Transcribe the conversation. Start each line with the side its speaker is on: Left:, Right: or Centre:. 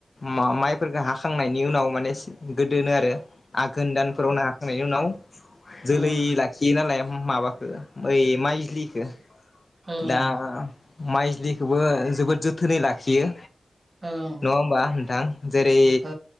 Left: मा-माइफोरखो हाखांनायनि उनाव माने गोदोनो आरो आघोन दानफोराव नो हाखांनायनि उनाव जोलै
Right: ओं
Left: लाखियो नालाय माबाखो बै माइज्लिखो
Right: ओं
Left: दा माइज्लिखौबो जोबोद जोथोनै लाखियो।
Right: ओं
Left: नङा होमबा नोंथां जेरै
Right: ओं